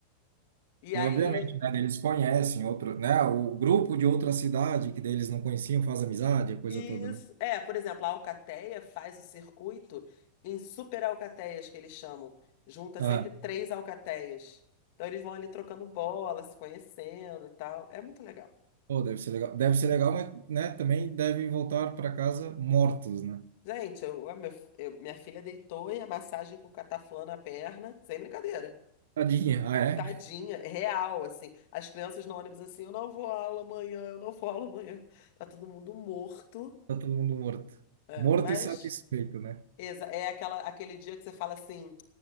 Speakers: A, on the left (about 45°); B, on the right (about 60°).
A: E
B: E
A: aí
B: obviamente, né, eles conhecem outro, né, o grupo de outra cidade que daí eles não conheciam, faz amizade, a coisa
A: Isso.
B: toda, né?
A: É, por exemplo, a alcateia faz o circuito em super alcateias, que eles chamam. Junta
B: Ah,
A: sempre três alcateias. Então eles vão ali trocando bola, se conhecendo e tal. É muito legal.
B: pô, deve ser legal. Deve ser legal, mas, né, também devem voltar para casa mortos, né?
A: Gente, eu, a meu- eu- minha filha deitou e a massagem com cataflã na perna, sem brincadeira.
B: Tadinha, ah, é?
A: Tadinha, é real, assim. As crianças no ônibus assim, eu não vou à aula amanhã, eu não vou à aula amanhã. Tá todo mundo morto.
B: Tá todo mundo morto.
A: É,
B: Morto
A: mas
B: e satisfeito, né?
A: exa- é aquela, aquele dia que você fala assim,